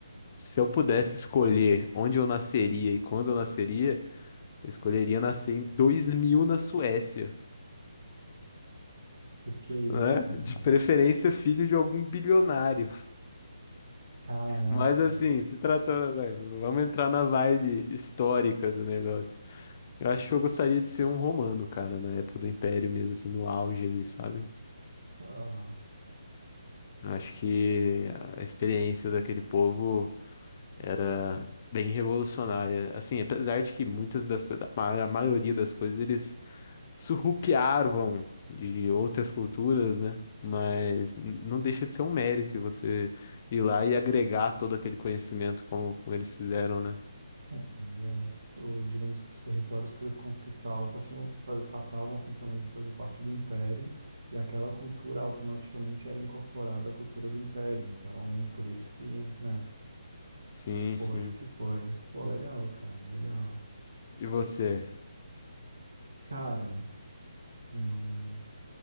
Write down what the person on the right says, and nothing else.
Por que isso,
cara?
Caraca.
Ah,
aliás, o- digamos que os territórios que eles conquistavam faziam- fa- passavam oficialmente a fazer parte do Império, e aquela cultura automaticamente era incorporada à cultura do Império. Então, por isso que, né?
Foi
o que foi. Pô, legal, cara, legal.
Cara, eu.